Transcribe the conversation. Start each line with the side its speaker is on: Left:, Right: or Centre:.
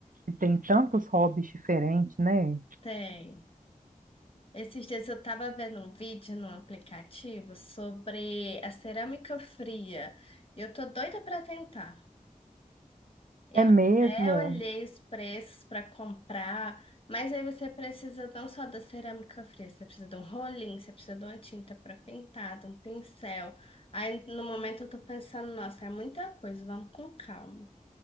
Right: que tem tantos hobbies diferentes, né?
Left: Tem. Esses dias eu tava vendo um vídeo no aplicativo sobre a cerâmica fria. E eu tô doida pra tentar. Eu
Right: É mesmo.
Left: até olhei os preços para comprar, mas aí você precisa não só da cerâmica fria, você precisa de um rolinho, você precisa de uma tinta para pintar, de um pincel. Aí no momento eu tô pensando, nossa, é muita coisa, vamos com calma.